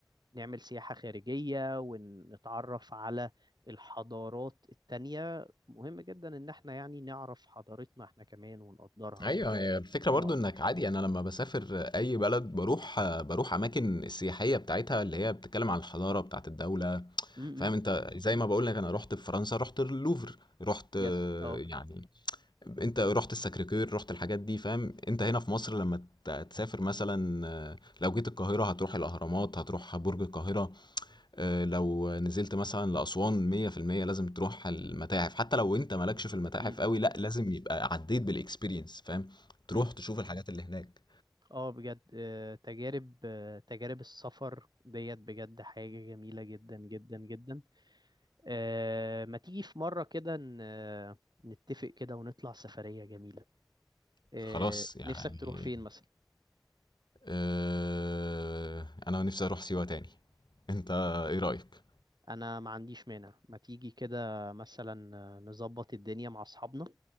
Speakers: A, on the right; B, on the left.
A: نعمل سياحة خارجية ونتعرف على الحضارات التانية مهم جدا إن احنا يعني نعرف حضارتنا احنا كمان ونقدرها
B: ايوه هي الفكرة
A: ونفهمها
B: برضو
A: أكتر
B: انك عادي يعني انا لما بسافر اي بلد بروح بروح اماكن السياحية بتاعتها اللي هي بتتكلم عن الحضارة بتاعت الدولة
A: امم
B: فاهم انت زي ما بقول لك انا رحت في فرنسا رحت اللوفر رحت آه،
A: يس اه
B: يعني انت رحت الساكريكير رحت الحاجات دي فاهم انت
A: م.
B: هنا في مصر لما ت- تسافر مثلا آه، لو جيت القاهرة هتروح الاهرامات هتروح برج القاهرة آه، لو نزلت مثلا لأسوان 100% لازم تروح المتاحف حتى لو انت مالكش في المتاحف
A: أكيد
B: قوي
A: اه
B: لا لازم يبقى عديت بالاكسبيرينس فاهم تروح
A: مم.
B: تشوف الحاجات اللي هناك
A: اه بجد آه، تجارب آه، تجارب السفر ديت بجد حاجة جميلة جدا جدا جدا آه، ما تيجي في مرة كده ن- آه، نتفق كده ونطلع سفرية جميلة آه،
B: خلاص يعني
A: نفسك تروح فين مثلا
B: آه، انا نفسي اروح سيوة تاني انت ايه رأيك
A: انا ما عنديش مانع ما تيجي كده مثلا نظبط الدنيا مع اصحابنا